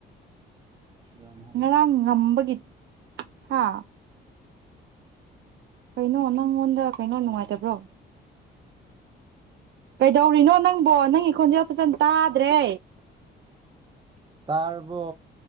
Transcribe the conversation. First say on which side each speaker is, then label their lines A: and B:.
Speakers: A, on the right; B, on the right.
A: ꯌꯥꯝ ꯍꯥꯏ
B: ꯉ ꯉꯝꯕꯒꯤ ꯍꯥꯥ ꯀꯩꯅꯣ ꯅꯪꯉꯣꯟꯗ ꯀꯩꯅꯣ ꯅꯨꯡꯉꯥꯏꯇꯕ꯭ꯔꯣ
A: ꯑꯥ
B: ꯀꯩꯗꯧꯔꯤꯅꯣ ꯅꯪꯕꯣ ꯅꯪꯒꯤ ꯈꯣꯟꯖꯦꯜ ꯐꯖꯅ ꯇꯥꯗ꯭ꯔꯦ
A: ꯇꯥꯔꯔꯕꯣ